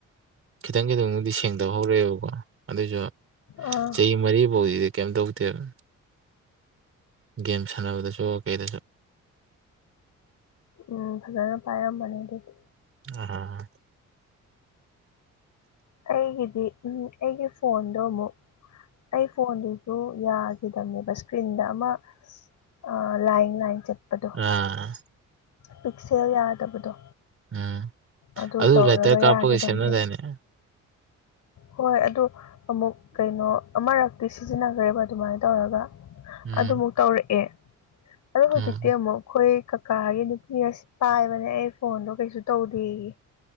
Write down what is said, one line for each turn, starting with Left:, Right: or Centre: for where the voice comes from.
Right: ꯈꯤꯇꯪ ꯈꯤꯇꯪꯗꯨꯗꯤ ꯁꯦꯡꯗ ꯍꯧꯔꯛꯑꯦꯕꯀꯣ ꯑꯗꯨꯁꯨ
Left: ꯑꯥ
Right: ꯆꯍꯤ ꯃꯔꯤ ꯐꯧꯗꯤꯗꯤ ꯀꯩꯝ ꯇꯧꯗꯦꯕ ꯒꯦꯝ ꯁꯥꯟꯅꯕꯗꯁꯨ ꯀꯩꯗꯁꯨ
Left: ꯎꯝ ꯐꯖꯅ ꯄꯥꯏꯔꯝꯕꯅꯦ ꯑꯗꯨꯗꯤ
Right: ꯑ
Left: ꯑꯩꯒꯤꯗꯤ ꯑꯩꯒꯤ ꯐꯣꯟꯗꯣ ꯑꯃꯨꯛ ꯑꯩ ꯐꯣꯟꯗꯨꯁꯨ ꯌꯥꯈꯤꯗꯅꯦꯕ ꯏꯁꯀ꯭ꯔꯤꯟꯗ ꯑꯃ ꯑ ꯂꯥꯏꯟ ꯂꯥꯏꯟ ꯆꯠꯄꯗꯣ
Right: ꯑꯥ
Left: ꯄꯤꯛꯁꯦꯜ ꯌꯥꯗꯕꯗꯣ
Right: ꯎꯝ
Left: ꯑꯗꯨ ꯇꯧꯔꯒ
Right: ꯂꯥꯏꯇꯔ ꯀꯥꯞꯄꯒ
Left: ꯌꯥꯈꯤꯗꯕꯅꯦꯕ
Right: ꯁꯦꯝꯅꯗꯥꯏꯅꯦ
Left: ꯍꯣꯏ ꯑꯗꯨ ꯑꯃꯨꯛ ꯀꯩꯅꯣ ꯑꯃꯔꯛꯇꯤ ꯁꯤꯖꯤꯟꯅꯈ꯭ꯔꯦꯕ ꯑꯗꯨꯃꯥꯏꯅ ꯇꯧꯔꯒ
Right: ꯎꯝ
Left: ꯑꯗꯨꯃꯨꯛ ꯇꯧꯔꯛꯑꯦ ꯑꯗ ꯍꯧꯖꯤꯛꯇꯤ
Right: ꯎꯝ
Left: ꯑꯃꯨꯛ ꯑꯩꯈꯣꯏ ꯀꯀꯥꯒꯤ ꯅꯨꯄꯤꯒ ꯄꯥꯏꯕꯅꯦ ꯑꯩ ꯐꯣꯟꯗꯣ ꯀꯩꯁꯨ ꯇꯧꯗ ꯑ